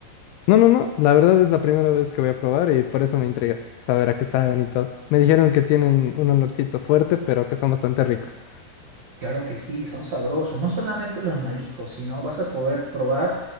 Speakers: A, on the left; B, on the right.
A: No, no, no. La verdad es la primera vez que voy a probar y por eso me intriga saber a qué saben y todo. Me dijeron que tienen un olorcito fuerte, pero que son bastante ricos.
B: Claro que sí, son sabrosos. No solamente los mariscos, sino vas a poder probar